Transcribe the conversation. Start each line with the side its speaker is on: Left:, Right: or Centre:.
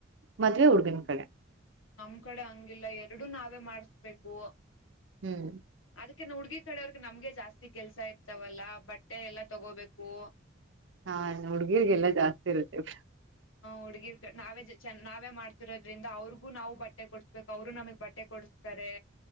Right: ಮದ್ವೆ ಹುಡುಗನ ಕಡೆ
Left: ನಮ್ ಕಡೆ ಹಂಗಿಲ್ಲ ಎರಡು ನಾವೇ ಮಾಡಸ್ಬೇಕು
Right: ಹ್ಮ್
Left: ಅದಕ ಹುಡ್ಗಿ ಕಡೆಯವರ್ಗ್ ನಮ್ಗೆ ಜಾಸ್ತಿ ಕೆಲ್ಸ ಇರ್ತವಲ್ಲಾ ಬಟ್ಟೆ ಎಲ್ಲಾ ತಗೋಬೇಕು
Right: ಹಾ ಹುಡ್ಗಿರ್ರಿಗೆಲ್ಲಾ ಜಾಸ್ತಿ ಇರುತ್ತೆ ಬಿಡು
Left: ಹುಡುಗಿರ್ ನಾವೇ ನಾವೇ ಮಾಡ್ತಿರೋದ್ರಿಂದ ಅವ್ರಿಗೂ ನಾವು ಬಟ್ಟೆ ಕೊಡಡ್ಸ್ಬೇಕ ಅವರು ನಮಗ್ ಬಟ್ಟೆ ಬಟ್ಟೆ ಕೊಡಸ್ತಾರೆ